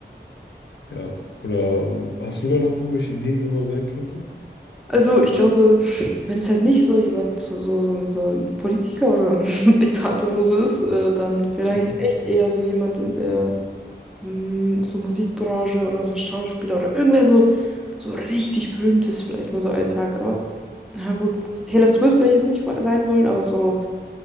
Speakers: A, on the left; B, in the centre.
A: Ja. Oder ähm, hast du da noch irgendwelche Ideen, wer man sein könnte?
B: Also, ich glaube, wenn es halt nicht so jemand, so, so, so, ein- so ein Politiker oder ein <laughs> Diktator oder so ist, äh, dann vielleicht
A: Mhm.
B: echt eher so jemand in der mm, so Musikbranche oder so Schauspieler oder irgendwer so, so richtig berühmtes, vielleicht mal so Alltag. Aber ja, wo, Taylor Swift will ich jetzt nicht sein wollen, aber so,